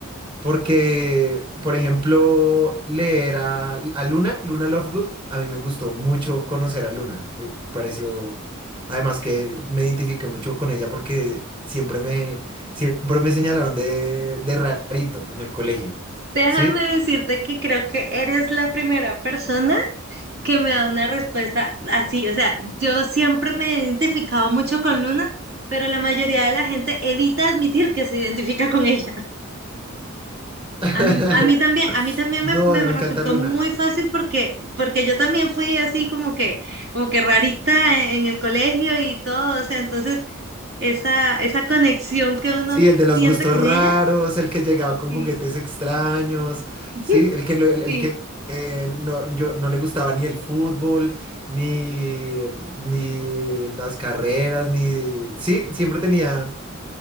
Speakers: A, on the right; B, on the right.
A: Porque, por ejemplo, leer a, a Luna, Luna Lovegood, a mí me gustó mucho conocer a Luna. Eh, Me pareció, además que me identifiqué mucho con ella porque siempre me, siempre me señalaron de, de rarito en el colegio.
B: Déjame
A: ¿Sí?
B: decirte que creo que eres la primera persona que me da una respuesta así. O sea, yo siempre me he identificado mucho con Luna, pero la mayoría de la gente evita admitir que se identifica con ella.
A: <laughs>
B: A mí, a mí también, a mí también
A: No,
B: me, me
A: a mí me
B: resultó
A: encanta Luna.
B: muy fácil porque, porque yo también fui así como que, como que rarita en el colegio y todo. O sea, entonces esa, esa conexión que uno
A: Sí, el de los
B: siente
A: gustos
B: con
A: raros,
B: ella.
A: el que llegaba con
B: Sí,
A: juguetes extraños,
B: <laughs>
A: sí, el que, no- el, el
B: sí.
A: que eh, no, yo, no le gustaba ni el fútbol, ni, ni las carreras, ni... Sí, siempre tenía